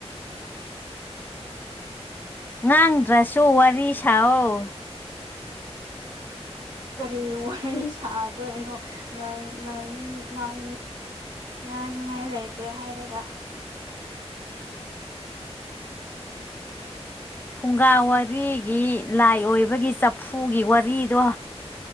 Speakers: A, on the left; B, on the right.
A: ꯉꯥꯡꯗ꯭ꯔꯁꯨ ꯋꯥꯔꯤ ꯁꯥꯎꯑꯣ
B: ꯀꯔꯤ ꯋꯥꯔꯤ ꯁꯥꯗꯣꯏꯅꯣ ꯉꯥꯡ ꯉꯥꯡꯅꯤꯡ ꯉꯥꯡ ꯉꯥꯡꯅꯤꯉꯥꯏ ꯂꯩꯇꯦ ꯍꯥꯏꯔꯒ
A: ꯐꯨꯡꯒꯥ ꯋꯥꯔꯤꯒꯤ ꯂꯥꯏ ꯑꯣꯏꯕꯒꯤ ꯆꯐꯨꯒꯤ ꯋꯥꯔꯤꯗꯣ